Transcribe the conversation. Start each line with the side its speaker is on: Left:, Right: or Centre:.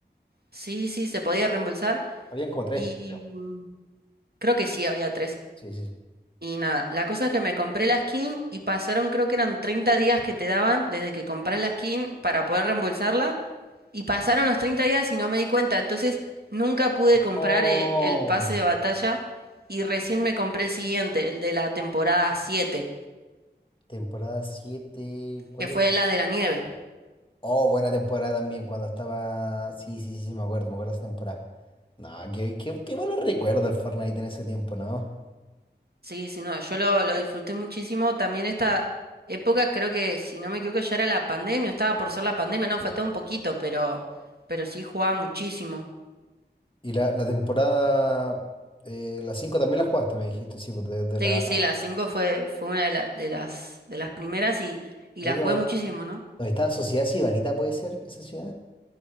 Right: Sí, sí, se podía reembolsar
Left: Habían como tres,
Right: y
Left: creo.
Right: mm, creo que sí había tres.
Left: Sí, sí, sí.
Right: Y nada, la cosa es que me compré la skin y pasaron, creo que eran 30 días que te daban desde que compras la skin para poder reembolsarla. Y pasaron los 30 días y no me di cuenta. Entonces nunca pude comprar
Left: Oh.
Right: eh, el pase de batalla y recién me compré el siguiente, el de la temporada siete
Left: Temporada siete ¿Cuál
Right: que fue
Left: era?
Right: la de la nieve.
Left: Oh, buena temporada también, cuando estaba... Sí, sí, sí, sí, me acuerdo, me acuerdo de esa temporada. No, qué, qué, qué buenos recuerdos del Fortnite en ese tiempo, ¿no?
Right: Sí, sí, no, yo lo, lo disfruté muchísimo. También esta época, creo que, si no me equivoco, ya era la pandemia, estaba por ser la pandemia, no, faltaba un poquito, pero, pero sí jugaba muchísimo.
Left: Y la, la temporada... eh, la 5 también la jugaste, me dijiste, sí, pues desde
Right: Sí,
Left: la
Right: sí, la 5 fue, fue una de, la- de las, de las primeras y, y
Left: 4.
Right: la jugué muchísimo, ¿no?
Left: ¿Dónde está Sociedad Sibarita, puede ser esa ciudad?